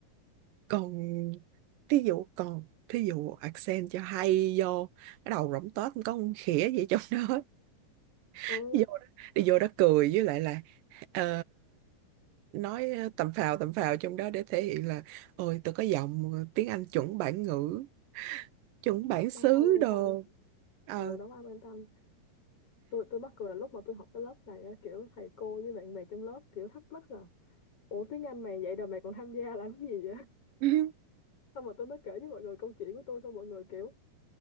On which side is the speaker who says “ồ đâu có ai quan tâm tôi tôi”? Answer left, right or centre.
Left